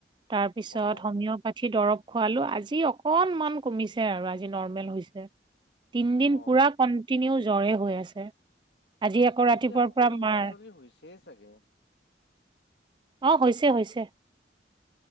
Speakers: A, on the right (about 25°); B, on the left (about 70°).
A: তাৰ পিছত
B: অ
A: হোমিওপাথি দৰব খোৱালো আজি অকনমান কমিছে আৰু আজি নৰ্মেল হৈছে তিন দিন
B: অ
A: পুৰা কন্টিনিউ জ্বৰে হৈ আছে। আজি আকৌ ৰাতিপুৱাৰ
B: এতিয়া সকলো
A: পৰা
B: ল'ৰা
A: মাৰ।
B: ছোৱালী হৈছেই চাগে
A: অ হৈছে হৈছে